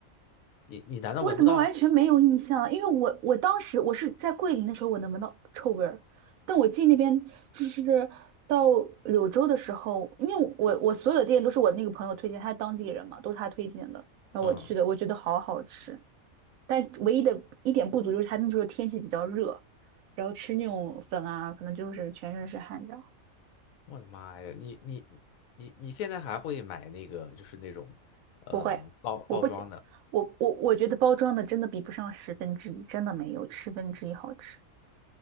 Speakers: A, on the left (about 85°); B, on the right (about 85°).
A: 你你难道闻不到？
B: 我怎么完全没有印象啊因为我我当时我是在桂林的时候，我能闻到臭味儿，但我进那边就是到柳州的时候，因为我我所有的店都是我那个朋友推荐，他是当地人嘛，都是他推荐的，然后我去的，
A: 嗯。
B: 我觉得好好吃。但唯一的一点不足就是它那时候天气比较热，然后吃那种粉啊，可能就是全身是汗这样。
A: 我的妈呀，你你你你现在还会买那个就是那种呃包包装的？
B: 不会，我不行，我我我觉得包装的真的比不上十分之一，真的没有十分之一好吃。